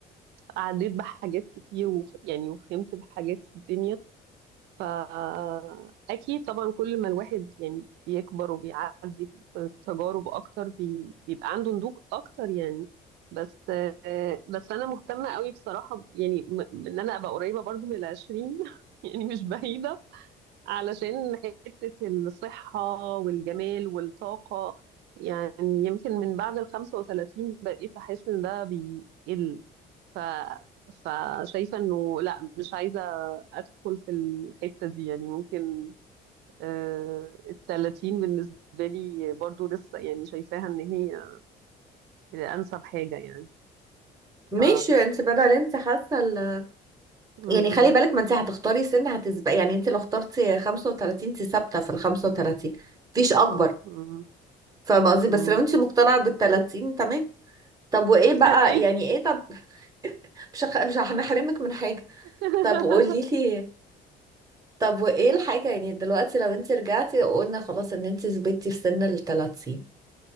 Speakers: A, on the right (about 85°); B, on the right (about 20°).
A: عديت بحاجات كتير وف يعني وفهمت بحاجات في الدنيا فأكيد طبعا كل ما الواحد يعني بيكبر وبيعدي بتجارب أكتر بي... بيبقى عنده نضوج أكتر يعني بس آه، بس أنا مهتمة قوي بصراحة يعني م- إن أنا أبقى قريبة برضو من العشرين <laughs> يعني مش بعيدة علشان حتة الصحة والجمال والطاقة يعني يمكن من بعد ال 35 بقيت أحس إن ده بيقل ف... فشايفة إنه لأ مش عايزة أدخل في الحتة دي يعني ممكن آه ال 30 بالنسبة لي برضو لسه يعني شايفاها إن هي أنسب حاجة يعني
B: ماشي
A: ف
B: انت بدل انت حاسه ال-
A: مم.
B: يعني خلي بالك ما انت هتختاري سن هتسبق يعني انت لو اخترتي 35 انت ثابته في ال 35 مفيش اكبر
A: مم.
B: فاهمه قصدي
A: مم.
B: بس لو انت مقتنعه بال 30 تمام طب وايه بقى
A: أي
B: يعني ايه طب <laughs> مش هخ- مش هنحرمك من حاجه
A: <laughs>
B: طب قولي لي طب وايه الحاجه يعني دلوقتي لو انت رجعتي وقلنا خلاص ان انت ثبتي في سن ال 30